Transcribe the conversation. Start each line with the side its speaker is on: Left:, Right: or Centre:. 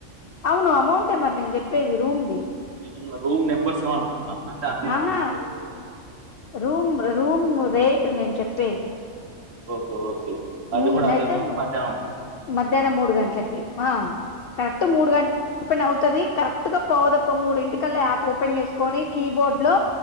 Left: అవును అమౌంట్ మరి చెప్పేది రూమ్ది
Right: నేను రూమ్ నెంబర్స్ ఇవ్వ అనుకుంటున్నాను అంటే అన్ని
Left: ఆహా
Right: రూమ్
Left: రూమ్ రూమ్ రేటు నేను చెప్పేది
Right: ఓకే ఓకే ఓకే అది
Left: ఉమ్,
Right: కూడా అది
Left: అయితే
Right: రోజు మధ్యా
Left: మధ్యాహ్నం మూడు గంటలకి కరెక్ట్ మూడు గంట ది కరెక్ట్ గా పోవదు ఒక మూడి ఇంటికల్లా యాప్ ఓపెన్ చేసుకొని కీబోర్డ్ లో